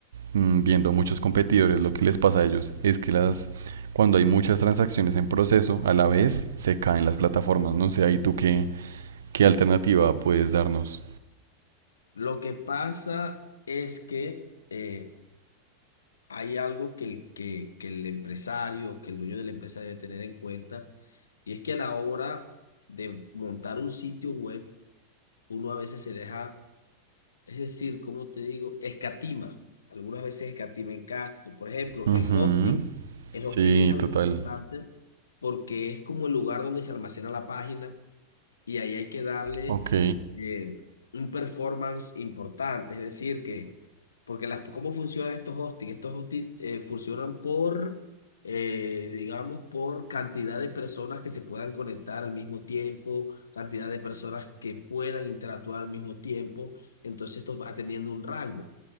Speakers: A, on the right; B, on the left.
A: mm, viendo muchos competidores, lo que les pasa a ellos es que las, cuando hay muchas transacciones en proceso, a la vez se caen las plataformas. No sé, ahí tú qué, qué alternativa puedes darnos.
B: Lo que pasa es que... eh, hay algo que el, que, que el empresario, que el dueño de la empresa debe tener en cuenta, y es que a la hora de montar un sitio web, uno a veces se deja, es decir, como te digo, escatima, algunas veces escatima en gasto. Por ejemplo,
A: Ujú,
B: el hosting, el hosting
A: Sí,
B: es algo
A: total.
B: importante porque es como el lugar donde se almacena la página, y ahí hay que darle
A: Ok,
B: eh, un performance importante, es decir, que, porque las, ¿cómo funcionan estos hosting? Estos hosting eh, funcionan por, eh, digamos, por cantidad de personas que se puedan conectar al mismo tiempo, cantidad de personas que puedan interactuar al mismo tiempo, entonces esto va teniendo un rango.